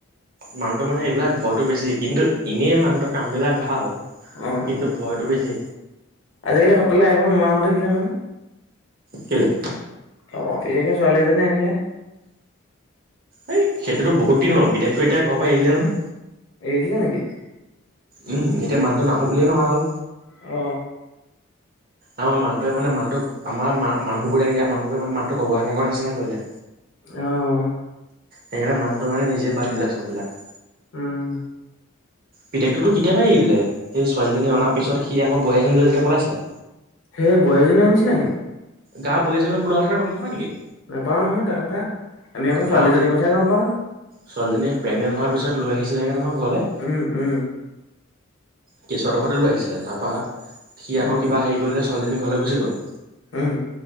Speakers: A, on the right (about 45°); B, on the left (about 65°).
A: মানুহটো মানে এইবিলাক ভয়টো বেছি। কিন্তু এনেই মানুহটোৰ কাম বিলাক ভাল।
B: অ,
A: কিন্তু ভয়টো বেছি
B: আজিকালি সত্ৰলৈ আহিব নোৱাৰা দেখিলে নহয়।
A: কেলে?
B: অ, পিতেকে ছোৱালী এজনী আনিলে।
A: এই, সেইটোতো বহুত দিন হ'ল, পিতেকটো এতিয়া ঘৰ পৰা এৰি দিলে নহয়।
B: এৰি দিলে নেকি?
A: উম, এতিয়া মানুহটো নাহো বুলিয়ে, নহা হ'ল।
B: অ,
A: আমাৰ মানুহটো মানে মানুহটোক, আমাৰ মানুহবোৰে, মানুহোৰে মানুহক, অৱহেলা কৰা নিচনা কৰিলে।
B: অ,
A: সেইকাৰণে মানুহটো মানে নিজেই বাদ দিলে, চববিলাক।
B: উম,
A: পিতেকটো কেতিয়াবাই এৰি দিলে। সেই ছোৱালীজনী অনাৰ পিছত সি আকৌ বোৱাৰী এজনী লৈ যেতিয়া পলাইছিলে।
B: সেই বোৱাৰীৰেকএজনী আনিছিল নেকি?
A: গাঁওৰ বোৱাৰী এজনীলৈ পলোৱা কথা গম নোপোৱা নেকি?
B: নাপাওঁ নহয়, তাৰ কথা, আমি আকৌ
A: গাঁৱৰ
B: ছোৱালীজনীৰ কথাই গম পাওঁ।
A: ছোৱালীজনী প্ৰেগনেণ্ট হোৱাৰ পিছত, লৈ আহিছিলেগে নহয় ঘৰলৈ।
B: উম উম
A: কেঁচুৱাটো সয়তে লৈ আহিছিলে। তাৰ পৰা সি
B: উম
A: আকৌ কিবা হেৰি কৰিলে ছোৱালীজনীক। ঘৰলৈ গুচি গ'ল।
B: হম,